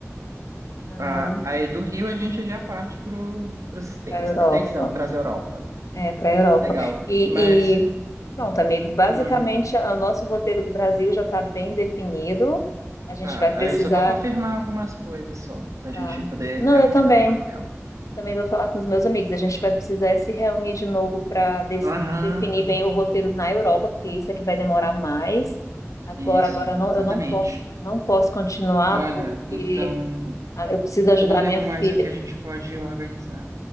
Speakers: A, on the left; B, on the right.
A: para
B: ah, aí do Rio a gente já parte pro, pros States.
A: a Europa.
B: States não, pras Europas.
A: É, para a Europa.
B: Legal.
A: E,
B: Mas,
A: e pronto, amigo, basicamente,
B: hum,
A: a- o nosso roteiro do Brasil já está bem definido. A gente
B: tá.
A: vai precisar...
B: Aí eu só vou confirmar algumas coisas só, pra
A: tá.
B: gente poder
A: Não,
B: realmente
A: eu também.
B: bater o martelo.
A: Também vou falar com os meus amigos. A gente vai precisar se reunir de novo para
B: Aham,
A: definir bem o roteiro na Europa, porque isso é que vai demorar mais. Agora,
B: isso,
A: agora eu não,
B: exatamente.
A: eu não posso, não posso continuar
B: Olha,
A: porque
B: então,
A: ah, eu preciso ajudar
B: eu não lembro
A: a minha
B: mais
A: filha.
B: o que a gente pode organizar,